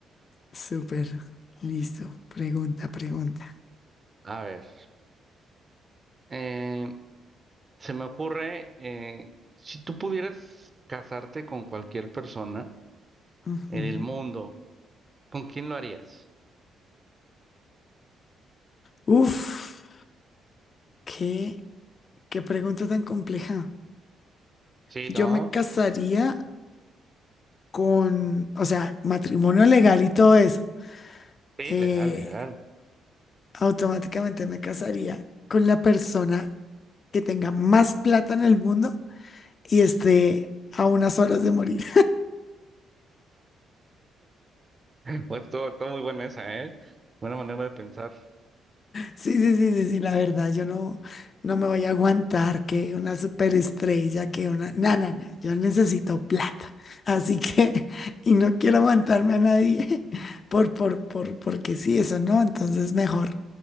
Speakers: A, on the left; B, on the right.
A: Súper. Listo. Pregunta, pregunta.
B: A ver, eh, se me ocurre, eh, si tú pudieras casarte con cualquier persona
A: Ujú.
B: en el mundo, ¿con quién lo harías?
A: Uf, qué, qué pregunta tan compleja.
B: Sí,
A: Yo
B: ¿no?
A: me casaría con, o sea, matrimonio legal y todo eso.
B: Sí,
A: eh,
B: legal, legal.
A: automáticamente me casaría con la persona que tenga más plata en el mundo y esté a unas horas de morir.
B: <laughs> Pues estuvo, estuvo muy buena esa, ¿eh? Buena manera de pensar.
A: Sí, sí, sí, sí, sí, la verdad, yo no, no me voy a aguantar que una superestrella, que una... No, no, no, yo necesito plata. Así que, <laughs> y no quiero aguantarme a nadie <laughs> por, por, por, porque sí, eso no, entonces mejor